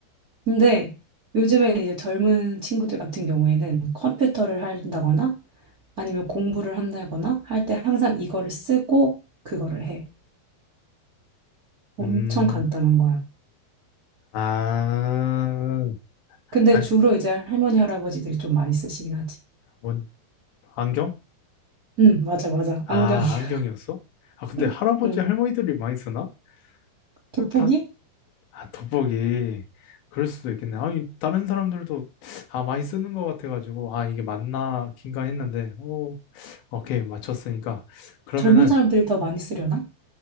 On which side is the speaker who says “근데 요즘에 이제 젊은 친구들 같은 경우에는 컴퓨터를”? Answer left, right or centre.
Right